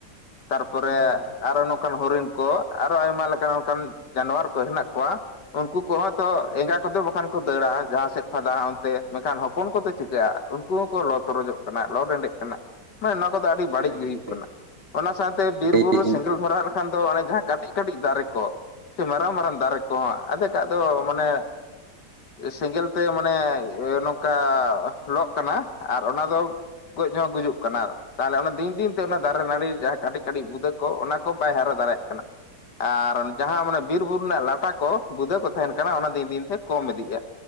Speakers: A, on the left; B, on the right.
A: ᱛᱟᱨᱯᱚᱨᱮ
B: ᱦᱩᱸ
A: ᱟᱨᱚ ᱱᱚᱝᱠᱟᱱ ᱦᱚᱨᱤᱱ ᱠᱚ ᱟᱨᱚ ᱟᱭᱢᱟ ᱞᱮᱠᱟᱱ ᱚᱱᱠᱟᱱ ᱡᱟᱱᱣᱟᱨ ᱠᱚ ᱦᱮᱱᱟᱜ ᱠᱚᱣᱟ ᱩᱱᱠᱩ ᱠᱚᱦᱚᱸ ᱛᱚ ᱮᱸᱜᱟ ᱠᱚᱫᱚ ᱵᱟᱠᱷᱟᱱ ᱠᱚ ᱫᱟᱹᱲᱟ ᱡᱟᱦᱟᱸ ᱥᱮᱫ ᱯᱷᱟᱫᱼᱟ ᱚᱱᱛᱮ ᱢᱮᱱᱠᱷᱟᱱ ᱦᱚᱯᱚᱱ ᱠᱚᱫᱚ ᱪᱤᱠᱟᱹᱭᱟ ᱩᱱᱠᱩ ᱠᱩ ᱦᱚᱸᱠᱚ ᱞᱚ ᱛᱚᱨᱚᱡᱚᱜ ᱠᱟᱱᱟ ᱞᱚ ᱰᱮᱸᱰᱮᱸᱜ ᱠᱟᱱᱟ ᱢᱟᱱᱮ ᱱᱚᱣᱟ ᱠᱚᱫᱚ ᱟᱹᱰᱤ ᱵᱟᱹᱲᱤᱡ
B: ᱦᱮᱸ
A: ᱜᱮ
B: ᱜᱚᱝᱠᱮ
A: ᱦᱩᱭᱩᱜ ᱠᱟᱱᱟ ᱚᱱᱟ ᱥᱟᱶᱛᱮ ᱵᱤᱨ
B: ᱟᱹᱰᱤ
A: ᱵᱩᱨᱩ
B: ᱦᱩᱸ
A: ᱥᱮᱸᱜᱮᱞ ᱫᱷᱚᱨᱟᱣ ᱞᱮᱠᱷᱟᱱ ᱫᱚ ᱚᱱᱮ ᱡᱟᱦᱟᱸ ᱠᱟᱹᱴᱤᱡ ᱠᱟᱹᱴᱤᱡ ᱫᱟᱨᱮ ᱠᱚ ᱥᱮ ᱢᱟᱨᱟᱝ ᱢᱟᱨᱟᱝ ᱫᱟᱨᱮ ᱠᱚᱦᱚᱸ ᱟᱫᱷᱮᱠᱟᱜ ᱫᱚ ᱢᱟᱱᱮ ᱥᱮᱸᱜᱮᱞ ᱛᱮ ᱢᱟᱱᱮ ᱱᱚᱝᱠᱟ ᱞᱚᱜ ᱠᱟᱱᱟ ᱟᱨ ᱚᱱᱟ ᱫᱚ ᱜᱚᱡ ᱦᱚᱸ ᱜᱩᱡᱩᱜ ᱠᱟᱱᱟ ᱛᱟᱦᱚᱞᱮ ᱚᱱᱟ ᱫᱤᱱ ᱫᱤᱱ ᱛᱮ ᱚᱱᱟ ᱫᱟᱨᱮ ᱱᱟᱹᱲᱤ ᱡᱟᱦᱟᱸ ᱠᱟᱹᱴᱤᱡ ᱠᱟᱹᱴᱤᱡ ᱵᱩᱫᱟᱹ ᱠᱚ ᱚᱱᱟ ᱠᱚ ᱵᱟᱭ ᱦᱟᱨᱟ ᱫᱟᱲᱮᱭᱟᱜ ᱠᱟᱱᱟ ᱟᱨ ᱡᱟᱦᱟᱸ ᱢᱟᱱᱮ ᱵᱤᱨ ᱵᱩᱨᱩ ᱨᱮᱱᱟᱜ ᱞᱟᱴᱟ ᱠᱚ ᱵᱩᱫᱟᱹ ᱠᱚ ᱛᱟᱦᱮᱱ ᱠᱟᱱᱟ ᱚᱱᱟ ᱫᱤᱱ ᱫᱤᱱ ᱛᱮ ᱠᱚᱢ ᱤᱫᱤᱜᱼᱟ